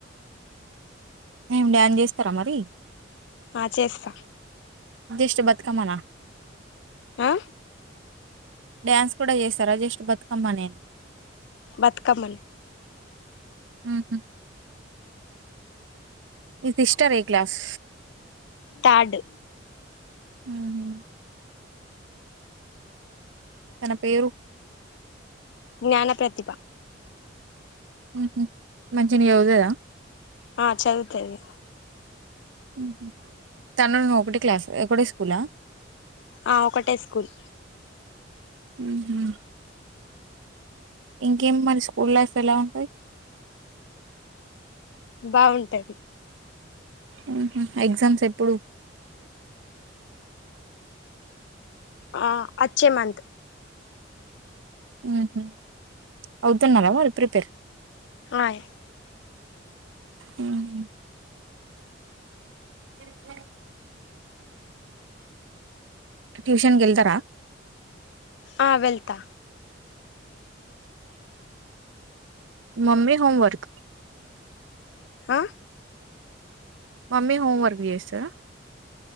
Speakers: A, on the right; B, on the left.
A: ఏం డాన్స్ జెస్తరా మరి
B: ఆ చేస్తా
A: జస్ట్ బతుకమ్మనా
B: ఆ
A: డ్యాన్స్ కూడా జేస్తారా జస్ట్ బతుకమ్మ నే
B: బతుకమ్మనే
A: హ్మ్ హు మీ సిస్టర్ ఏక్లాస్
B: థర్డ్
A: హ్మ్ తన పేరు
B: జ్ఞాన ప్రతిభ
A: ఉహు మంచిన జతుతధ
B: ఆ చదుతది
A: ఉహు తను ను ఒకటె క్లాస్ ఒకటె స్కూలా
B: ఆ ఒకటే స్కూల్
A: ఉహు ఇంకేం మన స్కూల్ లైఫ్ ఎలా ఉంటది
B: బాగుంటది
A: ఉహు ఎగ్జామ్స్ ఎప్పుడు
B: ఆ అచ్చే మంత్
A: ఉహు అవుతున్నారా వాళ్ళు ప్రిపేర్
B: ఆయి
A: ఉహు ఇక ట్యూషన్ గెళ్తరా
B: ఆ వెళ్తా
A: మమ్మీ హోంవర్క్
B: ఆ
A: మమ్మీ హోమ్వర్క్ చేస్తద